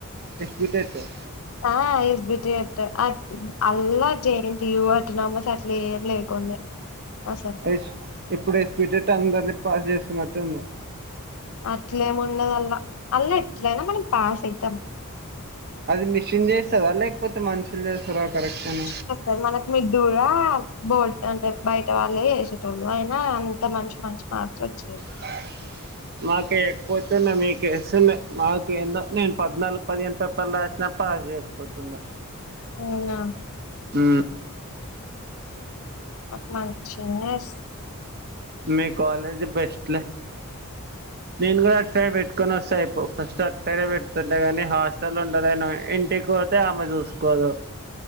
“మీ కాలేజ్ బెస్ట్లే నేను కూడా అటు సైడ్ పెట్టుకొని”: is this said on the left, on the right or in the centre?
Right